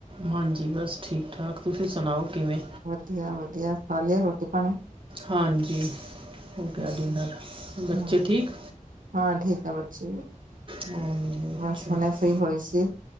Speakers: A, on the right; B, on the right.
A: ਹਾਂਜੀ ਬਸ ਠੀਕ- ਠਾਕ, ਤੁਸੀਂ ਸੁਣਾਓ ਕਿਵੇਂ?
B: ਵਧੀਆ-ਵਧੀਆ, ਖਾ ਲਿਆ ਰੋਟੀ ਪਾਣੀ?
A: ਹਾਂਜੀ, ਹੋ ਗਿਆ
B: ਹਮ
A: ਡਿਨਰ, ਬੱਚੇ
B: ਹਮ
A: ਠੀਕ?
B: ਹਾਂ ਠੀਕ ਆ ਬੱਚੇ ਵੀ।
A: ਹਾਂਜੀ ਅੱਛਾ
B: ਬਸ ਹੁਨੇ ਫ੍ਰੀ ਹੋਈ ਸੀ